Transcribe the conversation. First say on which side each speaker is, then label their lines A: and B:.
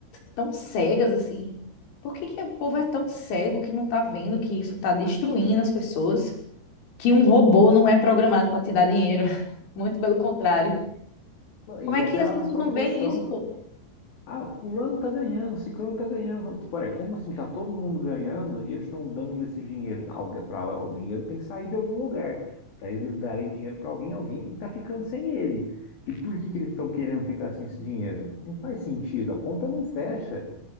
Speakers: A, on the left; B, on the left.
A: tão cegas, assim? Por que que o povo é tão cego que não tá vendo que isso tá destruindo as pessoas? Que um robô não é programado pra te dar dinheiro. <laughs> Muito pelo contrário.
B: E
A: Como é que
B: aquela
A: as pessoas
B: própria
A: não veem
B: questão.
A: isso?
B: Ah, fulano tá ganhando, ciclano tá ganhando. Porra, como assim? Tá todo mundo ganhando e eles estão dando esse dinheiro. Algu- Pra, o dinheiro tem que sair de algum lugar. Para eles darem dinheiro para alguém, alguém tem que estar ficando sem ele. E por que que eles estão querendo ficar sem esse dinheiro? Não faz sentido, a conta não fecha.